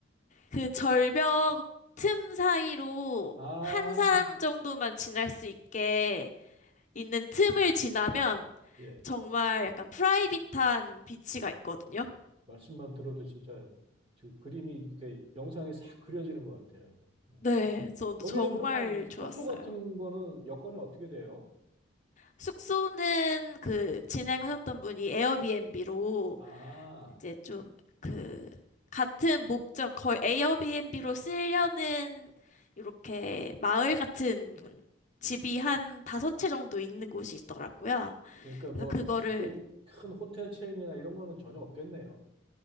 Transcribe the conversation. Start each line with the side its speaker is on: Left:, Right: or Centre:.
Left: 그 절벽 틈 사이로
Right: 아,
Left: 한 사람 정도만 지날 수 있게 있는 틈을 지나면
Right: 예,
Left: 정말 약간 프라이빗한 비치가
Right: 예.
Left: 있거든요.
Right: 말씀만 들어도 진짜 그 그림이 이렇게 영상에 싹 그려지는 것 같아요. 예.
Left: 네, 저도
Right: 거기는
Left: 정말
Right: 그러면
Left: 좋았어요.
Right: 숙소 같은 거는 여건이 어떻게 돼요?
Left: 숙소는 그 진행하셨던 분이 에어비앤비로
Right: 아,
Left: 이제 좀 그 같은 목적 거의 에어비앤비로 쓰려는 이렇게 마을 같은 집이 한 다섯 채 정도 있는 곳이 있더라고요.
Right: 그러니까 뭐
Left: 그래서 그거를
Right: 특히 큰 호텔 체인이나 이런 거는 전혀 없겠네요.